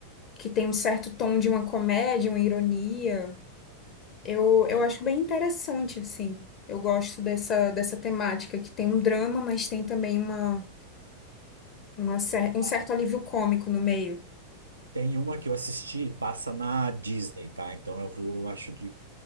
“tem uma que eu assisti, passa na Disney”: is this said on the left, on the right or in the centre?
Right